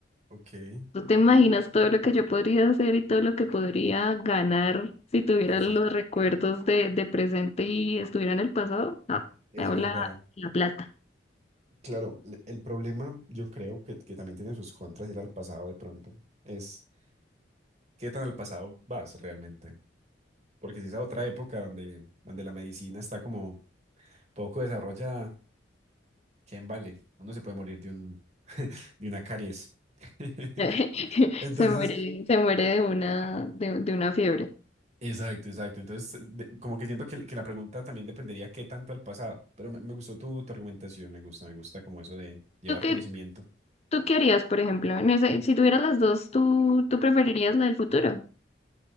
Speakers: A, on the right (about 35°); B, on the left (about 35°).
A: Ok, es
B: ¿Tú te imaginas todo lo que yo podría hacer y todo lo que podría ganar si tuviera
A: verdad.
B: los recuerdos de, de presente y estuviera en el pasado? No,
A: Es
B: me hago
A: verdad.
B: la, la plata.
A: Claro, l- el problema yo creo que, que también tiene sus contras ir al pasado de pronto. Es qué tan al pasado vas realmente. Porque si es a otra época donde, donde la medicina está como poco desarrollada, ¿quién vale? Uno se puede morir de un, <laughs> de una caries. <laughs>
B: <laughs>
A: Entonces,
B: Se muere, se muere de una, de, de una fiebre.
A: exacto, exacto. Entonces, de- como que siento que, que la pregunta también dependería qué tanto al pasado. Pero me, me gustó tu, tu argumentación, me gusta, me gusta como eso de llevar
B: ¿Tú qué,
A: conocimiento.
B: tú qué harías, por ejemplo? En ese- si tuvieras las dos, ¿tú, tú preferirías la del futuro?